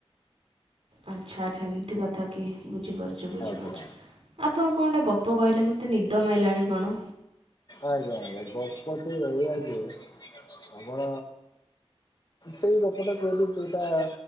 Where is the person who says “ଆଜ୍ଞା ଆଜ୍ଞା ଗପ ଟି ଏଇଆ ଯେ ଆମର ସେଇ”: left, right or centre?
Left